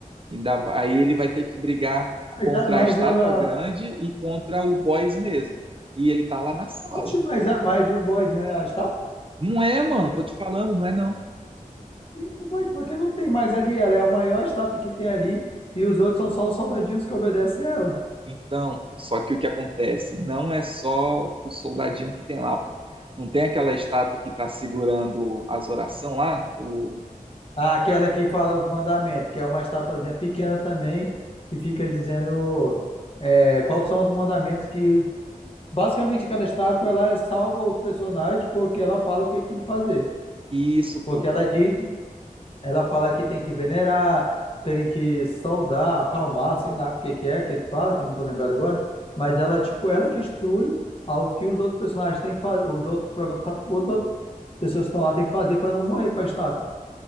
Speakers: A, on the right; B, on the left.
A: Ainda, va- aí ele vai ter que brigar
B: Mas,
A: contra
B: a- mas
A: a estátua
B: ela.
A: grande e contra o boss mesmo. E ele tá lá na sala.
B: Oxe, mas, a- mas o boys, né? A estátua?
A: Não é, mano, tô te falando, não é não.
B: Sim, o boys, porque não tem mais ali. Ela é a maior estátua que tem ali. E os outros são só os soldadinhos que obedecem ela.
A: Então, pô, só que o que acontece? Não é só o soldadinho que tem lá, pô. Não tem aquela estátua que tá segurando as orações lá? O...
B: Ah, Aquela que fala os mandamentos, que é uma estatuazinha pequena também, que fica dizendo é, quais são os mandamentos que. Basicamente, aquela estátua ela salva os personagens porque ela fala o que, que tem que fazer.
A: Isso,
B: Porque
A: pô.
B: ela diz, Ela fala que tem que venerar, tem que saudar, acalmar, sei lá o que que é que eles falam, que eu não tô lembrado agora, mas ela, tipo, ela que instrui ao que os outros personagens têm que fazer, os outros, prota- os outros pessoas que estão lá têm que fazer para não morrer pra estátua.